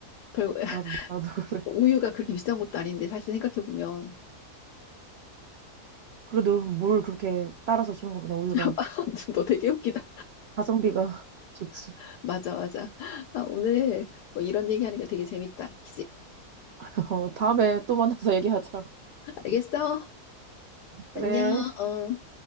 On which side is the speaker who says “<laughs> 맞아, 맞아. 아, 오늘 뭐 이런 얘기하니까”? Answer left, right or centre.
Left